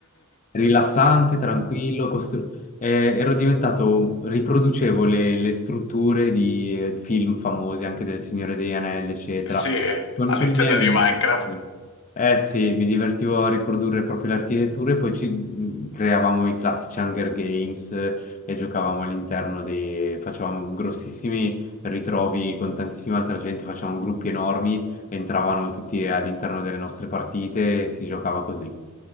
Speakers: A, on the left; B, on the left.
A: rilassante, tranquillo, costru- eh, ero diventato, riproducevo le, le strutture di eh, film famosi, anche del Signore degli Anelli, eccetera,
B: <laughs> sì,
A: con,
B: all'interno
A: con i miei amici.
B: di Minecraft.
A: sì. Eh sì, mi divertivo a riprodurre proprio le architetture, poi ci mh, creavamo i classici Hunger Games eh, e giocavamo all'interno dei... facevamo grossissimi ritrovi con tantissima altra gente, facevamo gruppi enormi, entravano tutti all'interno delle nostre partite e si giocava così.